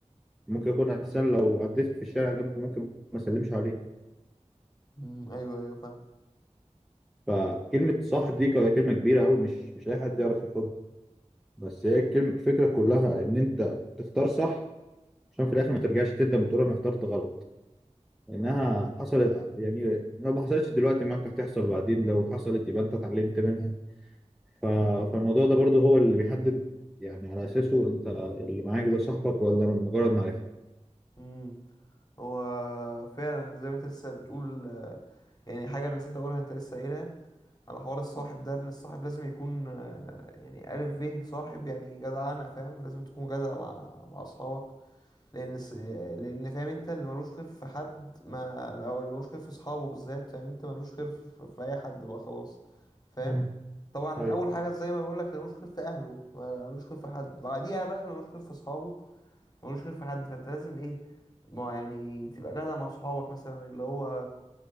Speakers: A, in the centre; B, on the left (about 35°).
A: ممكن يكون أحسن لو عديت في الشارع جنبه ممكن ما أسلمش عليه
B: امم ايوه ايوه فاهم
A: فكلمة صاحب دي كلمة كبيرة أوي مش مش أي حد يعرف ياخدها بس هي الكلمة الفكرة كلها إن أنت تختار صح عشان في الآخر ما ترجعش تندم وتقول أنا اخترت غلط انها حصلت يعني لو ما حصلتش دلوقتي معاك هتحصل بعدين لو حصلت يبقى انت اتعلمت منها ف... فالموضوع ده برضو هو اللي بيحدد يعني على اساسه انت اللي معاك ده صاحبك ولا مجرد معرفة
B: مم. هو فعلا زي ما انت لسه بتقول آه، يعني حاجة انا نسيت اقولها انت لسه قايلها على حوار الصاحب ده ان الصاحب لازم يكون آه، يعني ألف به صاحب يعني جدعانة فاهم لازم تكون جدع مع مع اصحابك لان الس- آه، لان فاهم انت اللي ملوش خير في حد ما او اللي ملوش خير في اصحابه بالذات فاهم انت ملوش خير في, في في اي حد بقى خلاص فاهم
A: مم.
B: طبعا
A: ايوه
B: اول حاجه زي ما بقول لك اللي ملوش خير في اهله ما- ملوش خير في حد بعديها بقى اللي ملوش خير في اصحابه ملوش خير في حد فانت لازم ايه ما يعني تبقى جدع مع صحابك مثلا اللي هو